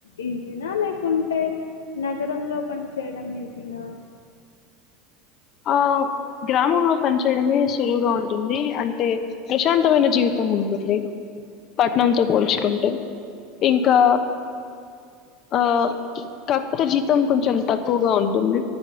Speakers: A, on the left (about 85°); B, on the left (about 45°).
A: ఈజీనా లేకుంటే నగరంలో పనిచేయడం ఈజీనా
B: ఆ గ్రామంలో పనిచేయడమే సులువుగా ఉంటుంది. అంటే ప్రశాంతమైన జీవితం ఉంటుంది. పట్నంతో పోల్చుకుంటే ఇంకా ఆ కాకపోతే జీతం కొంచెం తక్కువగా ఉంటుంది.